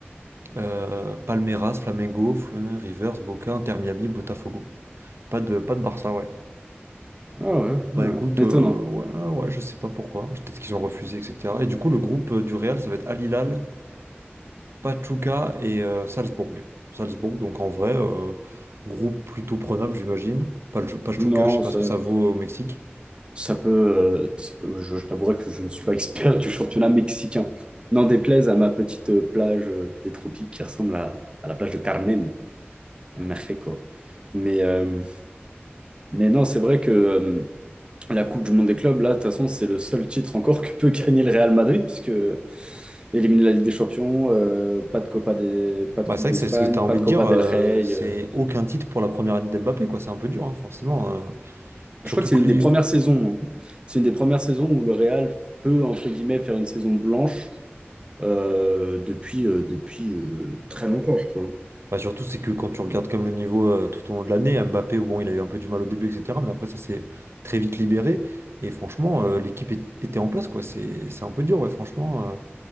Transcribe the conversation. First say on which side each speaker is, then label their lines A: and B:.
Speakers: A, on the right (about 75°); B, on the right (about 25°).
A: Euh, Palmeiras, Flamengo, Fluminense, Rivers, Boca, Inter Miami, Botafogo. Pas de, pas de Barça, ouais.
B: Ah ouais, ouais,
A: Bah écoute,
B: ouais.
A: euh,
B: étonnant.
A: ouais, ouais, je sais pas pourquoi. Peut-être qu'ils ont refusé, etc. Et du coup, le groupe euh, du Real, ça va être Al Hilal, Pachuca et euh, Salzbourg. Salzbourg, donc en vrai, euh, groupe plutôt prenable, j'imagine. Pal- Pachuca,
B: Non,
A: je sais pas
B: ça,
A: ce que ça vaut euh, au Mexique.
B: ça peut, euh, ça peut- je, je t'avouerai que je ne suis pas expert du championnat mexicain. N'en déplaise à ma petite euh, plage euh, des tropiques qui ressemble à, à la plage de Carmen, à Mexico. Mais, euh, mais non, c'est vrai que... euh, La Coupe du Monde des clubs, là, de toute façon, c'est le seul titre encore que peut gagner le Real Madrid, puisque éliminer la Ligue des Champions, euh, pas de Copa des, pas de
A: Bah
B: Coupe
A: c'est vrai
B: d'Espagne,
A: que c'est ce que t'as envie
B: pas de
A: de
B: Copa
A: dire, euh,
B: del Rey.
A: c'est
B: euh.
A: aucun titre pour la première année d'Mbappé, quoi. C'est un peu dur, hein, forcément. euh. Surtout
B: Je crois que c'est
A: que
B: une
A: lui,
B: des premières saisons. hein. C'est une des premières saisons où le Real peut, entre guillemets, faire une saison blanche euh, depuis, euh, depuis euh, très longtemps, je crois. hein.
A: Bah, surtout, c'est que quand tu regardes comme le niveau euh, tout au long de l'année, Mbappé, bon, il a eu un peu du mal au début, etc. Mais après, ça s'est très vite libéré. Et franchement, euh, l'équipe est- était en place, quoi. C'est c'est un peu dur, ouais, franchement. euh,